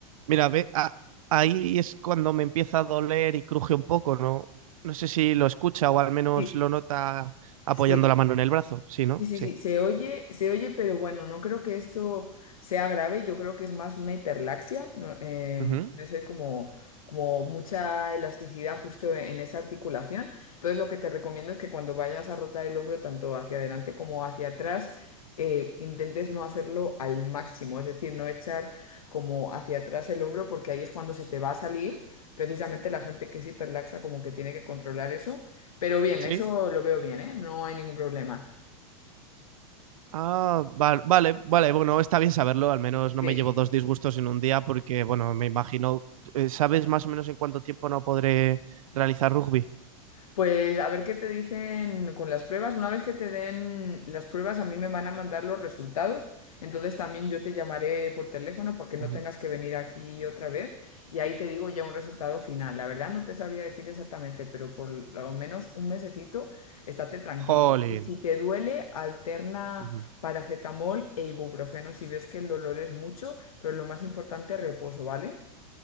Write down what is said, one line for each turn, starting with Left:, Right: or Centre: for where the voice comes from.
Right: Mira, ve, a- ahí es cuando me empieza a doler y cruje un poco, ¿no? No sé si lo escucha o al menos
Left: Sí,
Right: lo nota apoyando
Left: sí,
Right: la mano en el brazo, ¿sí, no?
Left: Sí, sí,
Right: Sí.
Left: sí, se oye, se oye, pero bueno, no creo que esto sea grave, yo creo que es más una hiperlaxia, ¿no? Em,
Right: Ujú.
Left: puede ser como, como mucha elasticidad justo en esa articulación. Entonces lo que te recomiendo es que cuando vayas a rotar el hombro tanto hacia adelante como hacia atrás, eh, intentes no hacerlo al máximo, es decir, no echar como hacia atrás el hombro porque ahí es cuando se te va a salir. Precisamente la gente que es hiperlaxa como que tiene que controlar eso, pero bien,
Right: Sí.
Left: eso lo veo bien, ¿eh? No hay ningún problema.
Right: Ah, va- vale, vale, bueno, está bien saberlo, al menos no
Left: Sí.
Right: me llevo dos disgustos en un día porque, bueno, me imagino, eh, ¿sabes más o menos en cuánto tiempo no podré realizar rugby?
Left: Pues a ver qué te dicen con las pruebas. Una vez que te den las pruebas, a mí me van a mandar los resultados. Entonces también yo te llamaré por teléfono para que no
Right: Ujú.
Left: tengas que venir aquí otra vez. Y ahí te digo ya un resultado final. La verdad no te sabría decir exactamente, pero por lo menos un mesecito estate tranquilo.
Right: Jolín.
Left: Y si te duele, alterna
Right: Ujú.
Left: paracetamol e ibuprofeno si ves que el dolor es mucho, pero lo más importante, reposo, ¿vale?